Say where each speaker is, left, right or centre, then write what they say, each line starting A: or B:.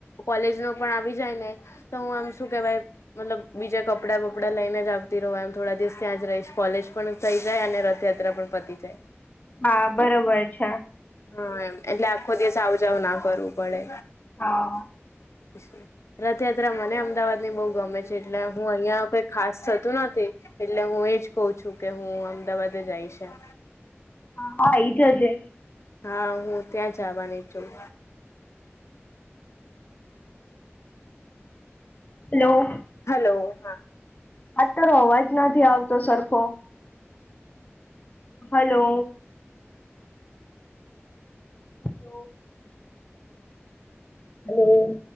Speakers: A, on the left; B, on the left.
A: કોલેજ નો પણ આવી જાય ને તો હું એમ શું કેવાય મતલબ બીજા કપડાં બપડાં લઈને જ આવતી રહું એમ થોડા દિવસ ત્યાં જ રહીશ કોલેજ પણ થઈ જાય અને રથયાત્રા પણ પતી જાય.
B: હા બરોબર છે.
A: હા એમ એટલે આખો દિવસ આવજાવ ના કરવું પડે.
B: હા.
A: <inaudible> રથયાત્રા મને અમદાવાદની બહુ ગમે છે એટલે હું અહિયાં કોઈ ખાસ થતું નથી. એટલે હું એજ કહઉ છું કે હું અમદાવાદ આઈશ એમ.
B: હા હા એઈ જજે.
A: હા હું ત્યાં આવાની છું.
B: હલો.
A: હલો હા.
B: આજ તારો અવાજ નથી આવતો સરખો. હલો. તો હમ્મ.